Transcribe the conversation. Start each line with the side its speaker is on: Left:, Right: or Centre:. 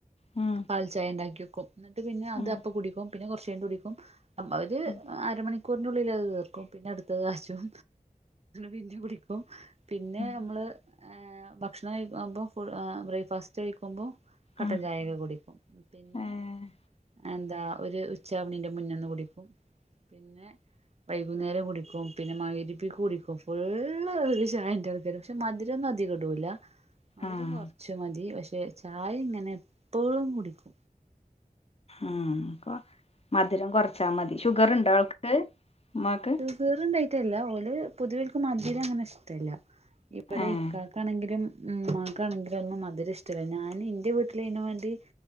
Left: ഉം
Right: കാൽ ചായണ്ടാക്കിവക്കും എന്നിട്ട് പിന്നെ അത്
Left: ഉം
Right: അപ്പ കുടിക്കും പിന്നെ കൊർചെയ്ഞ്ഞികുടിക്കും അവര്
Left: ഉം
Right: അരമണിക്കൂർനുള്ളില് അത് തീർക്കും പിന്നെ അടുത്തത്കാച്ചും പിന്നെ കുടിക്കും പിന്നെ
Left: ഉം
Right: നമ്മള് ഭക്ഷണം കഴിക്കുമ്പോൾ ഫുൾ ബ്രേക്ക്ഫാസ്റ്റ് കഴിക്കുമ്പോ കട്ടൻ
Left: ഉം
Right: ചായയൊക്കെ കുടിക്കും പിന്നെ
Left: ഏഹ്
Right: എന്താ ഒര് ഉച്ചാവ്ണീന്റെ മുന്നന്ന്കുടിക്കും പിന്നെ വൈകുന്നേരം കുടിക്കും പിന്നെ മഹ്രിബിക് കുടിക്കും ഫുള്ള് ഇവടൊരു ചായന്റെആൾ പക്ഷ മധുരൊന്നധികടൂല മധുരം
Left: ഉം
Right: കൊർ ച്ച്മതി പക്ഷെ ചായ ഇങ്ങനെ എപ്പോഴുംകുടിക്കും
Left: ഉം അപ്പ മധുരം കുറച്ചാമതി ഷുഗറ്ണ്ടൊ അവൾക്ക് ഉമ്മാക്ക്
Right: കീറ്ണ്ടായിട്ടല്ല ഓല് പൊതുവേൾക്ക് മതിരം അങ്ങനെ ഇഷ്ടല്ല ഇവിടെ
Left: ഏഹ്
Right: ഇക്കാ ക്കാണെങ്കിലും ഉമ്മാക്കാണെങ്കിലും ഒന്നും മധുരഇഷ്ടല്ല ഞാന് ഇന്റെവീട്ടിലയ്ന് വേണ്ടി